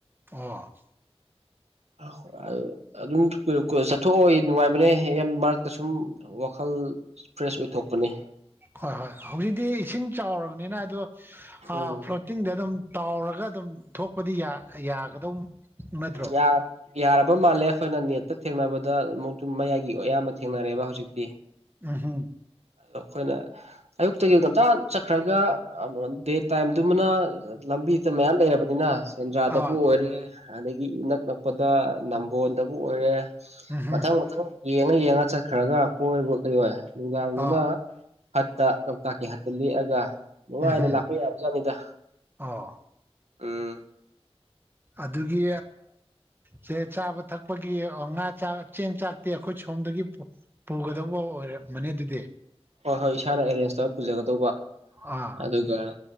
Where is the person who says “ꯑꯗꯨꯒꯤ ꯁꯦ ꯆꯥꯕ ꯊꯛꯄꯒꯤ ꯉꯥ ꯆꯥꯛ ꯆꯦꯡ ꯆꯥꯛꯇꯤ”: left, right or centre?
Right